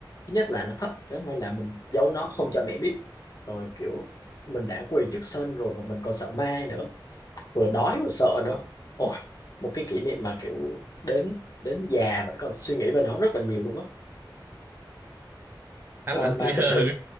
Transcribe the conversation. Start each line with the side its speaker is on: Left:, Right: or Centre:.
Left: thứ nhất là nó thấp thứ hai là mình giấu nó không cho mẹ biết rồi kiểu mình đã quỳ trước sân rồi mà mình còn sợ ma nữa vừa đói vừa sợ nữa ôi một cái kỷ niệm mà kiểu đến đến già vẫn còn suy nghĩ về nó rất là nhiều luôn á
Right: anh
Left: Ờ,
Right: anh
Left: mà
Right: tuổi
Left: bình
Right: thơ
Left: thường